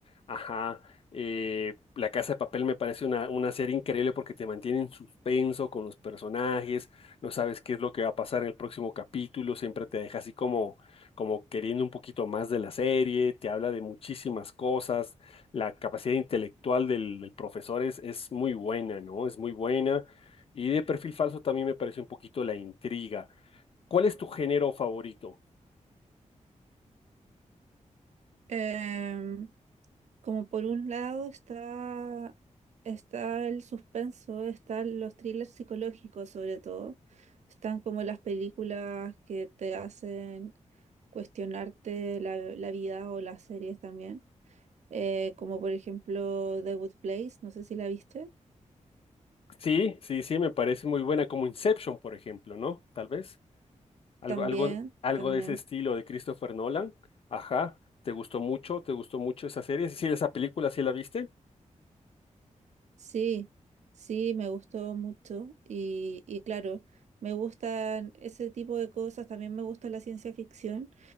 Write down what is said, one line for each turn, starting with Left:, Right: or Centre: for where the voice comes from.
Left: Ajá, eh, La Casa de Papel me parece una, una serie increíble porque te mantiene en suspenso con los personajes, no sabes qué es lo que va a pasar en el próximo capítulo, siempre te deja así como, como queriendo un poquito más de la serie, te habla de muchísimas cosas, la capacidad intelectual del, del profesor es, es muy buena, ¿no? Es muy buena y de perfil falso también me pareció un poquito la intriga. ¿Cuál es tu género favorito?
Right: Em, como por un lado está, está el suspenso, están los thrillers psicológicos sobre todo, están como las películas que te hacen cuestionarte la, la vida o las series también. eh, como por ejemplo The Good Place, no sé si la viste.
Left: Sí, sí, sí, me parece muy buena, como Inception, por ejemplo, ¿no? Tal vez. Algo,
Right: También,
Left: algo, algo
Right: también.
Left: de ese estilo de Christopher Nolan. Ajá, ¿te gustó mucho? ¿Te gustó mucho esa serie? Sí, esa película, ¿sí la viste?
Right: Sí, sí, me gustó mucho y, y claro, me gustan ese tipo de cosas, también me gusta la ciencia ficción.